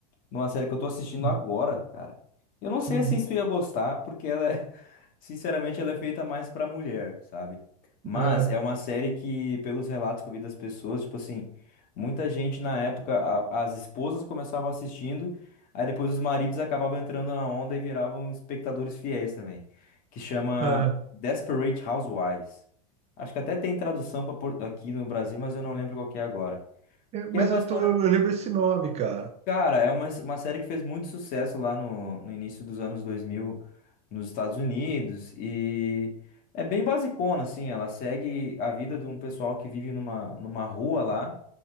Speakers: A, on the left; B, on the right.
A: numa série que eu tô assistindo
B: Uhum.
A: agora, cara. Eu não sei
B: Uhum.
A: assim se tu ia gostar, porque ela é, <laughs> sinceramente, ela é feita mais pra mulher, sabe? Mas
B: É.
A: é uma série que, pelos relatos que eu vi das pessoas, tipo assim, muita gente na época, a- as esposas começavam assistindo, aí depois os maridos acabavam entrando na onda e viravam espectadores fiéis também, que chama
B: Ah,
A: Desperate Housewives. Acho que até tem tradução pra por- aqui no Brasil, mas eu não lembro qual que é agora.
B: é,
A: Que
B: mas
A: é uma
B: eu
A: história
B: tô, eu lembro esse nome, cara.
A: Cara, é uma, uma série que fez muito sucesso lá no, no início dos anos 2000 nos Estados Unidos e é bem basicona, assim, ela segue a vida de um pessoal que vive numa, numa rua lá,